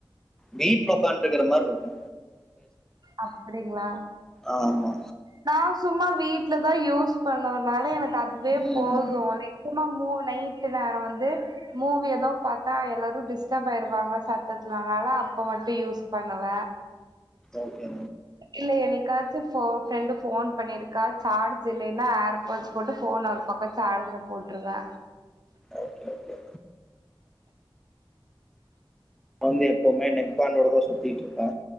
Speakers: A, in the centre; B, on the right.
A: வீட்ல உக்காண்டுக்குற மாருக்கு
B: அப்டிங்களா
A: ஆமா
B: நா சும்மா வீட்லதா யூஸ் பண்ணு னால எனக்கு அதுவே
A: ம்
B: போது லைக் நெஜமா மூ நைட்டு நேரொ வந்து மூவி எதோ பாத்தா எல்லாரு டிஸ்டப் ஆயிருவாங்க சத்தத்துலனால அப் ப மட்டு யூஸ் பண்ணுவ
A: ஓகே
B: இல்ல என்னைக்காச்சு போ ஃப்ரெண்டு போன் பண்ணிருக்கா சார்ஜ் இல்லைன்னா ஏர்பாட்ஸ் போட்டு போன் ஒரு பக்கோ சார்ஜ்ல போட்டுருவ
A: ஓகே ஓகே வந்து எப்புமே நெக்பேண்டோடதா சுத்திட்டுருப்ப